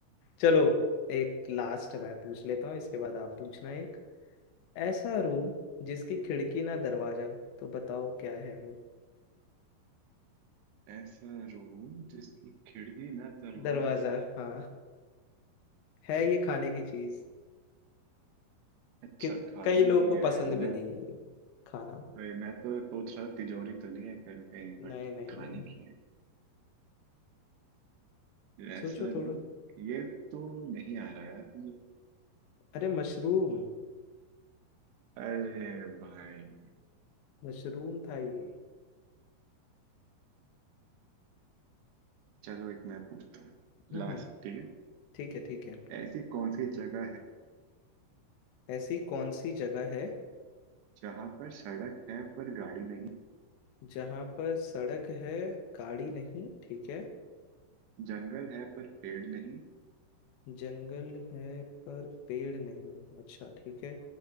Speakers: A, on the left; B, on the right.
A: चलो एक लास्ट मैं पूछ लेता हूँ इसके बाद आप पूछना एक ऐसा रूम जिसकी खिड़की ना दरवाजा तो बताओ क्या है वो
B: ऐसा रूम जिसकी खिड़की ना दरवाजा
A: दरवाजा हाँ है ये खाने की चीज
B: अच्छा
A: कि
B: खाने
A: कई लोगों
B: की
A: को
B: है
A: पसंद
B: मैं
A: भी नहीं है ये खाना
B: मैं मैं तो सोच रहा तिजोरी तो नहीं है कहीं कहीं बट
A: नहीं नहीं
B: खाने
A: नहीं
B: की है
A: सोचो
B: ऐसा रूम
A: थोड़ा
B: ये तो नहीं आ रहा यार मुझे
A: अरे मशरूम
B: अरे भाई
A: मशरूम था ये
B: चलो एक मैं पूछता हूँ
A: हम्म
B: लास्ट
A: हम्म,
B: ठीक है
A: ठीक है ठीक है
B: ऐसी कौन सी जगह है
A: ऐसी कौन सी जगह है
B: जहाँ पर सड़क है पर गाड़ी नहीं
A: जहाँ पर सड़क है गाड़ी नहीं ठीक है
B: जंगल है पर पेड़ नहीं
A: जंगल है पर पेड़ नहीं अच्छा ठीक है